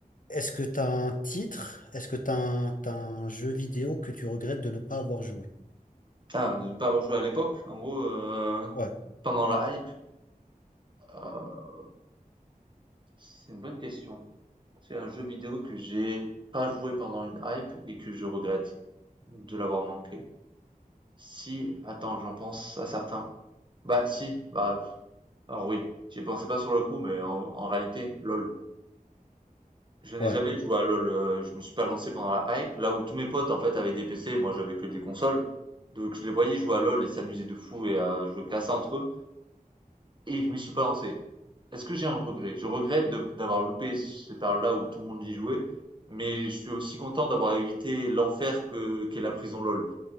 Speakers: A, on the left; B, on the right.
A: Est-ce que t'as un titre? Est-ce que t'as un, t'as un jeu vidéo que tu regrettes de ne pas avoir joué?
B: Ah, de ne pas avoir joué à l'époque, en gros, heu
A: Ouais,
B: Pendant la hype? Heu, c'est une bonne question. C'est un jeu vidéo que j'ai pas joué pendant une hype et que je regrette de l'avoir manqué. Si, attends, j'en pense à certains. Bah si, bah, alors oui, j'y pensais pas sur le coup, mais en en réalité, LoL. Je n'ai
A: ouais,
B: jamais joué à LoL, heu, je me suis pas lancé pendant la hype, là où tous mes potes, en fait, avaient des PC, moi j'avais que des consoles. Donc je les voyais jouer à LoL et s'amuser de fou et à jouer qu'à ça entre eux et je m'y suis pas lancé. Est-ce que j'ai un regret? Je regrette de- d'avoir loupé cette période-là où tout le monde y jouait, mais je suis aussi content d'avoir évité l'enfer que qu'est la prison LOL.